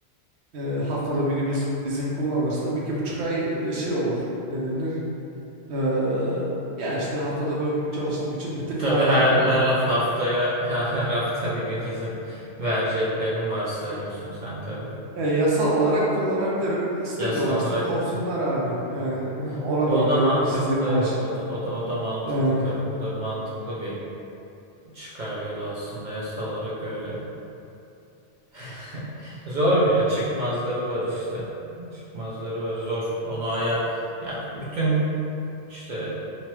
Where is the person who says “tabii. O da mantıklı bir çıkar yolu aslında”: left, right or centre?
Right